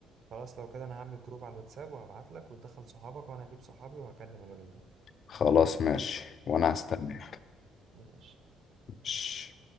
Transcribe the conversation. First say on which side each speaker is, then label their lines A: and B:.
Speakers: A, on the right; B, on the left.
A: خلاص لو كده انا هعمل جروب على الواتساب وهبعت لك وتدخل صحابك وانا هجيب صحابي وهكلم الراجل ده
B: خلاص ماشي وأنا هستناك
A: خلاص ماشي
B: ماشي.